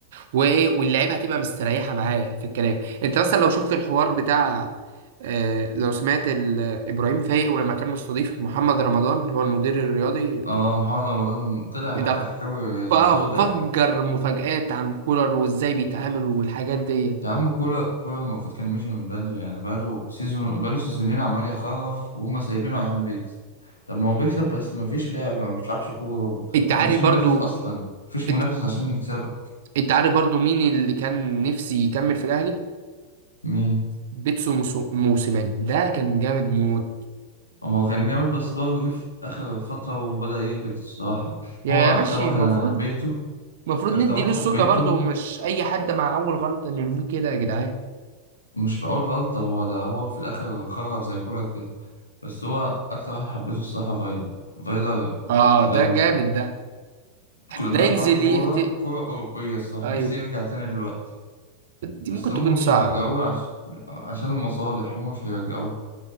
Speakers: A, on the right; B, on the left.
A: وايه واللعيبه هتبقى مستريحه معاه في الكلام انت مثلا لو شفت الحوار بتاع آه، لو سمعت ال- ابراهيم فايق ولما كان مستضيف محمد رمضان اللي هو المدير الرياضي بت-
B: اه محمد رمضان طلع
A: ده
B: حكى حكاوي
A: ف-
B: سودة
A: فجر مفاجآت عن كولر وازاي بيتعامل والحاجات دي
B: يا عم كولر كولر المفروض كان مشي من بدري يعني بقاله سيزون بقاله سيزونين عمال يخرف وهم سايبينه عشان بيكسب طب ما هو بيكسب بس مفيش لعب ما بيلعبش كورة
A: انت عارف
B: مفيش
A: برضو
B: منافس اصلا مفيش منافس
A: انت
B: عشان يكسبك
A: انت عارف برضو مين اللي كان نفسي يكمل في الاهلي
B: مين
A: بيتسو موسو- موسيماني ده كان جامد موت
B: هو كان جامد بس برضه جه في آخر فترة وبدأ يهبط الصراحة
A: يا
B: هو
A: يا
B: أكتر
A: ماشي
B: واحد
A: المفروض
B: أنا حبيته
A: المفروض
B: أكتر
A: ندي
B: واحد
A: له
B: حبيته
A: السكه برضو مش اي حد مع اول غلطه نرميه كده يا جدعان
B: مش في أول غلطة هو ده هو في الآخر خرف زي كولر كده بس هو أكتر واحد حبيته الصراحة فايلر فايلر
A: اه
B: لو
A: ده جامد ده
B: كنا بنلعب
A: ده ينزل
B: معاه كورة
A: يقتل
B: كورة أوروبية الصراحة
A: ايوه
B: نفسي يرجع تاني دلوقتي
A: دي
B: بس
A: ممكن
B: هما
A: تكون
B: مش
A: صعبة
B: هيرجعوه عش... عشان المصالح هما مش هيرجعوه